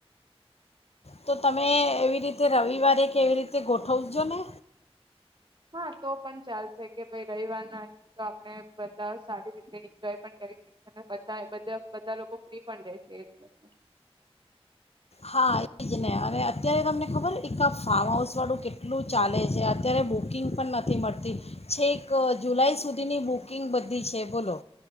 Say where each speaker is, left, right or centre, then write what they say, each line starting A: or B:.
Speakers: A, on the left (about 75°); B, on the right (about 45°).
A: તો તમે એવી રીતે રવિવારે કેવી રીતે ગોઠવજોને.
B: હા તો પણ ચાલશે કે ભ રવિવાર ના હશે તો આપણે બધા સારી રીતે એન્જોય પણ કરી શકશે ને બધા બધે બધા લોકો ફ્રી પણ રહેશે એ દિવસે.
A: હા એ જ ને અને અત્યારે તમને ખબર એક આ ફાર્મ હાઉસ વાળું કેટલું ચાલે છે અત્યારે બુકિંગ પણ નથી મળતી છે એક જુલાઈ સુધીની બુકિંગ બધી છે બોલો.